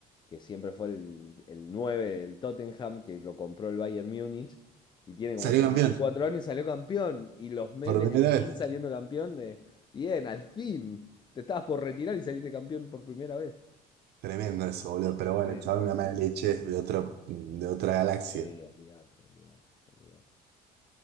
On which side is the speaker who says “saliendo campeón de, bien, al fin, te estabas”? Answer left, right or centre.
Left